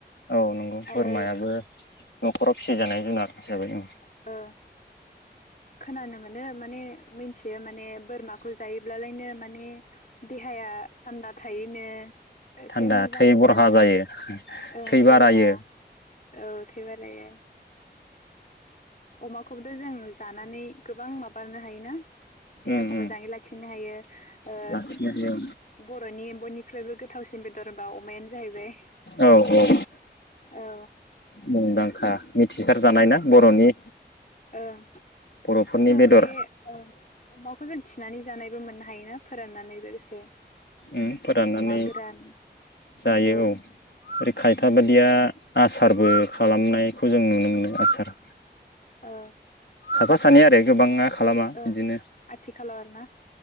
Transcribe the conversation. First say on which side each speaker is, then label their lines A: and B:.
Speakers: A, on the left; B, on the left.
A: औ नंगौ बोरमायाबो
B: आरो
A: न'खराव फिसि जानाय जुनार हिसाबै ओं
B: ओ खोनानो मोनो माने मिन्थियो माने बोरमाखौ जायोब्लालायनो माने देहाया थान्दा थायो नो एसे
A: थान्दा
B: मोजां
A: थै
B: होनदों
A: बरहा
B: आरो
A: जायो
B: ओं
A: थै
B: थैबारा
A: बारायो
B: औ थैबारायो अमाखौबोथ' जों जानानै गोबां माबानो हायोना देहाखौ
A: उम उम
B: मोजाङै लाखिनो हायो ओ
A: लाखिनो हायो
B: बर'नि बयनिख्रुइबो गोथावसिन बेदर होनबा अमायानो जाहैबाय
A: औ औ
B: ओ
A: मुंदांखा थिसार जानाय ना बर'नि
B: ओं
A: बर'फोरनि
B: जों
A: बेदर
B: बे ओ अमाखौ जों थिनानै जानायबो मोननो हायोना फोराननानै लोगोसे
A: ओम फोराननानै
B: अमा गोरान
A: जायो
B: औ
A: औ खायथा
B: उम
A: बादिया आसारबो खालामनायखौ जों नुनो मोनो आसार
B: ओ
A: साफा सानै आरो गोबाङा खालामा बिदिनो
B: ओं आथिखालाव आरोना